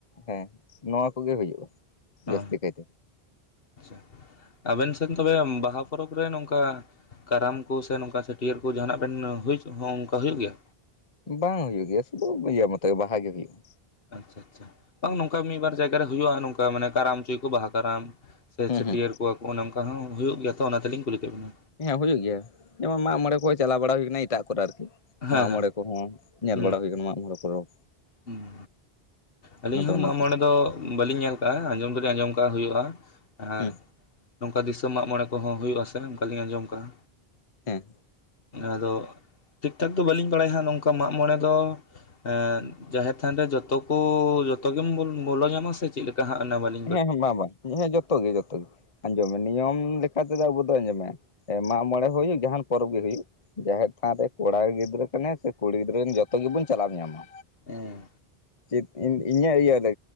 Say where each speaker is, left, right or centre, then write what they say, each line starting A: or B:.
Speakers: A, on the left; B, on the left.
A: ᱦᱮᱸ ᱱᱚᱶᱟ ᱠᱚᱜᱮ ᱦᱩᱭᱩᱜᱼᱟ᱾ ᱡᱟᱹᱥᱛᱤ
B: ᱚ
A: ᱠᱟᱭᱛᱮ
B: ᱟᱪᱪᱷᱟ ᱟᱵᱮᱱ ᱥᱮᱫ ᱛᱚᱵᱮ ᱵᱟᱦᱟ ᱯᱚᱨᱚᱵᱽ ᱨᱮ ᱱᱚᱝᱠᱟ ᱠᱟᱨᱟᱢ ᱠᱚ ᱥᱮ ᱱᱚᱝᱠᱟ ᱪᱷᱟᱹᱴᱭᱟᱹᱨ ᱠᱚ ᱡᱟᱦᱟᱱᱟᱜ ᱵᱮᱱ ᱦᱩᱭ ᱦᱚᱸ ᱚᱱᱠᱟ ᱦᱩᱭᱩᱜ ᱜᱮᱭᱟ?
A: ᱵᱟᱝ ᱦᱩᱭᱩᱜ ᱜᱮᱭᱟ ᱥᱩᱫᱩ ᱤᱭᱟᱹ ᱢᱚᱛᱚ ᱵᱟᱦᱟ ᱜᱮ ᱦᱩᱭᱩᱜᱼᱟ᱾
B: ᱟᱪᱪᱷᱟ ᱟᱪᱪᱷᱟ ᱵᱟᱝ ᱱᱚᱝᱠᱟ ᱢᱤᱫ ᱵᱟᱨ ᱡᱟᱭᱜᱟ ᱨᱮ ᱦᱩᱭᱩᱜᱼᱟ ᱱᱚᱝᱠᱟ ᱢᱟᱱᱮ ᱠᱟᱨᱟᱢᱪᱚᱭ ᱠᱚ ᱵᱟᱦᱟ ᱠᱟᱨᱟᱢ ᱥᱮ
A: ᱦᱩᱸ
B: ᱪᱷᱟᱹᱴᱭᱟᱹᱨ
A: ᱦᱩᱸ
B: ᱠᱚᱣᱟ ᱠᱚ ᱚᱱᱮ ᱚᱝᱠᱟ ᱦᱚᱸ ᱦᱩᱭᱩᱜ ᱜᱮᱭᱟ ᱛᱚ ᱚᱱᱟ ᱛᱮᱞᱤᱧ ᱠᱩᱞᱤ ᱠᱮᱫ ᱵᱮᱱᱟ᱾
A: ᱦᱮᱸ ᱦᱩᱭᱩᱜ ᱜᱮᱭᱟ ᱡᱮᱢᱚᱱ ᱢᱟᱜ ᱢᱚᱬᱮ ᱠᱚ ᱪᱟᱞᱟᱣ ᱵᱟᱲᱟ ᱦᱩᱭ ᱠᱟᱱᱟ ᱮᱴᱟᱜ ᱠᱚᱨᱮ ᱟᱨᱠᱤ᱾
B: ᱦᱮᱸ
A: ᱢᱟᱜ
B: ᱦᱮᱸ
A: ᱢᱚᱬᱮ ᱠᱚᱦᱚᱸ ᱧᱮᱞ
B: ᱦᱩᱸ
A: ᱵᱟᱲᱟ ᱦᱩᱭ ᱠᱟᱱᱟ ᱢᱟᱜ ᱢᱚᱬᱮ ᱯᱚᱨᱚᱵᱽ᱾
B: ᱦᱩᱸ ᱟᱹᱞᱤᱧ
A: ᱟᱫᱚ
B: ᱦᱚᱸ
A: ᱚᱱᱟᱛᱮ
B: ᱢᱟᱜ ᱢᱚᱬᱮ ᱫᱚ ᱵᱟᱹᱞᱤᱧ ᱧᱮᱞ ᱠᱟᱜᱼᱟ, ᱟᱸᱡᱚᱢ ᱫᱚᱞᱤᱧ ᱟᱸᱡᱚᱢ ᱠᱟᱜᱼᱟ ᱦᱩᱭᱩᱜᱼᱟ, ᱮ
A: ᱦᱮᱸ
B: ᱱᱚᱝᱠᱟ ᱫᱤᱥᱚᱢ ᱢᱟᱜ ᱢᱚᱬᱮ ᱠᱚᱦᱚᱸ ᱦᱩᱭᱩᱜᱼᱟᱥᱮ ᱚᱱᱠᱟᱞᱤᱧ ᱟᱸᱡᱚᱢ ᱠᱟᱜᱼᱟ᱾
A: ᱦᱮᱸ
B: ᱟᱫᱚ ᱴᱷᱤᱠᱴᱷᱟᱠ ᱫᱚ ᱵᱟᱹᱞᱤᱧ ᱵᱟᱲᱟᱭᱟ ᱦᱟᱜ ᱱᱚᱝᱠᱟ ᱢᱟᱜᱢᱚᱬᱮ ᱫᱚ ᱮᱸ ᱡᱟᱦᱮᱨ ᱛᱷᱟᱱ ᱨᱮ ᱡᱚᱛᱚ ᱠᱚ ᱡᱚᱛᱚ ᱜᱮᱢ ᱵᱚᱞᱚ ᱧᱟᱢᱟ ᱥᱮ ᱪᱮᱫᱞᱮᱠᱟ? ᱚᱱᱟ ᱦᱟᱸᱜ ᱢᱟᱞᱮ
A: ᱦᱮᱸ ᱦᱮᱸ ᱵᱟᱝ ᱵᱟᱝ ᱦᱮᱸ ᱡᱚᱛᱚ ᱜᱮ ᱡᱚᱛᱚ ᱜᱮ᱾ ᱟᱸᱡᱚᱢ ᱢᱮ ᱱᱤᱭᱚᱢ ᱞᱮᱠᱟᱛᱮᱫᱚ ᱟᱵᱚ ᱫᱚ ᱟᱸᱡᱚᱢ ᱢᱮ ᱢᱟᱜ ᱢᱚᱬᱮ ᱦᱩᱭᱩᱜ ᱡᱟᱦᱟᱱ ᱯᱚᱨᱚᱵᱽ ᱜᱮ ᱦᱩᱭᱩᱜ᱾ ᱡᱟᱦᱮᱨ ᱛᱷᱟᱱ ᱨᱮ ᱠᱚᱲᱟ ᱜᱤᱫᱽᱨᱟᱹ ᱠᱟᱱᱮᱭ ᱥᱮ ᱠᱩᱲᱤ ᱜᱤᱫᱽᱨᱟᱹ ᱡᱚᱛᱚ ᱜᱮᱵᱚᱱ ᱪᱟᱞᱟᱣ ᱧᱟᱢᱟ᱾
B: ᱦᱮᱸ
A: ᱪᱮᱫ ᱤᱧᱟᱹᱜ ᱤᱭᱟᱹ ᱞᱮ